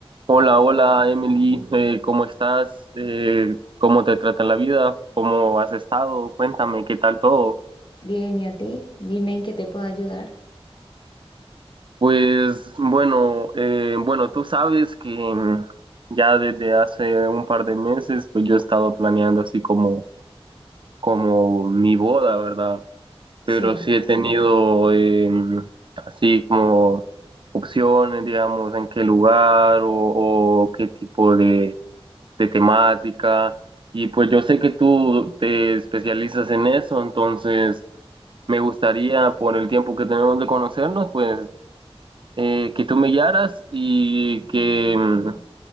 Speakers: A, on the right; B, on the left.
A: Hola, hola Emily, Eh, ¿cómo estás? Eh, ¿cómo te trata la vida? ¿Cómo has estado? Cuéntame, ¿qué tal todo?
B: Bien, ¿y a ti? Dime en qué te puedo ayudar.
A: Pues bueno, eh, bueno, tú sabes que mm, ya desde hace un par de meses, pues yo he estado planeando así como, como mi boda, ¿verdad?
B: Sí,
A: Pero sí he tenido eh, mm, así como opciones, digamos, en qué lugar o o qué tipo de de temática. Y pues yo sé que tú te especializas en eso, entonces me gustaría, por el tiempo que tenemos de conocernos, pues eh, que tú me guiaras y que mm,